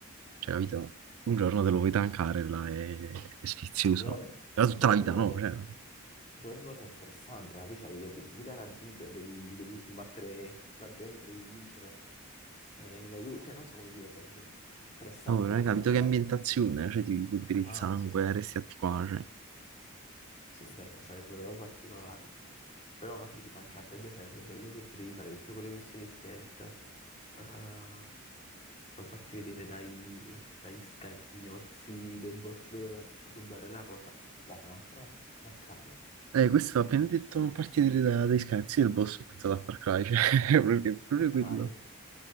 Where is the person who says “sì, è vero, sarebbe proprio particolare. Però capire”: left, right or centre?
Left